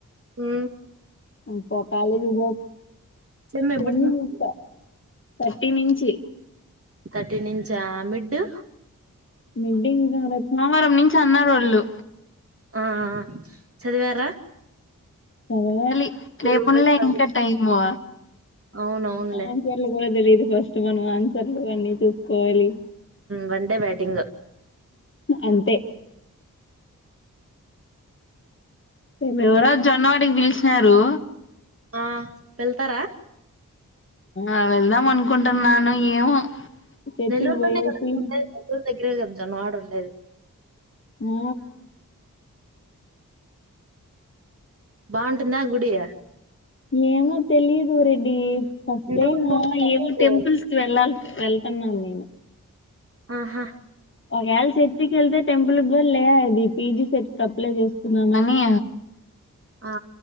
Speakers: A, on the right (about 45°); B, on the left (about 40°).
A: హు
B: అబ్బా కాలేజీకి పో
A: సెమ్ ఎప్పటి
B: టెన్
A: నుంచి?
B: అంట థర్టీ నుంచి
A: థాట్టి నుంచి హా మిడ్డు
B: మిడ్ ఇంకా రేపు సోమవారం నుంచి అన్నారు వాళ్ళు
A: ఆ చదివారా
B: చదవాలి
A: మీరు
B: రేపు ఉండలే
A: వాళ్ళు?
B: ఇంకా టైం ము
A: అవునవునులే
B: ఆన్సర్లు కూడా తెలియ ది ఫస్ట్ మనం ఆన్సర్లు అన్నీ చూసుకోవాలి
A: వన్ డే బ్యాటింగ్
B: అంతే ఈమె
A: ఓకే.
B: ఎవరో జొన్నవాటికి పిలిసి సారు
A: ఆ వెళ్తారా
B: ఆ వెళ్దాం అనుకుంటున్నాను ఏమో చర్చికి
A: నెల్లూరులోనే
B: వయసి
A: గదా ఉండేది నెల్లూరు దగ్గరే కద జొన్నవాడ ఉండేది.
B: ఉ
A: బావుంటుందా గుడి.
B: ఏమో తెలీదు రెడ్డి వస్తే
A: ఇంతవరకు
B: మా
A: పోలేదు
B: ఏమో టెంపుల్స్ కి వెళ్ళాలి వెళ్తున్నాను నేను
A: ఆహా
B: ఒకవేళ చర్చికి వెళ్తే టెంపుల్ లే అది పీజీ సెట్ అప్లై చేకున్నాం అని.
A: ఆ